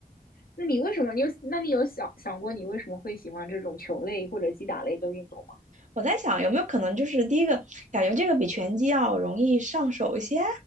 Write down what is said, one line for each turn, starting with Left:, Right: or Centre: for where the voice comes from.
Left: 那你为什么？你有，那你有想想过你为什么会喜欢这种球类或者击打类的运动吗？
Right: 我在想有没有可能就是第一个感觉这个比拳击要容易上手一些，